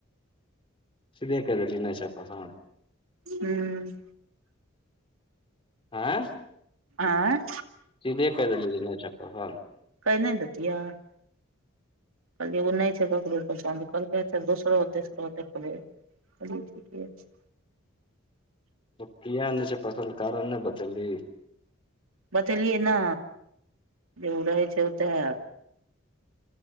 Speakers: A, on the left; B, on the right.
A: सिधे कहि देलहि नै छै पसं
B: हूँ।
A: आँ
B: आँय
A: सीधे कै देलहि जे नै छाप पसंद
B: कहि नै दितियाय। कहलियै ओ नै छै ककरो पसन्द करकै दोसरो तेसरो देखबै कहलै ठीके छै।
A: कियाक नै छै फसंद कारण नै बतेलीही
B: बतेलियै ना जे उ रहै छै ओतऽ।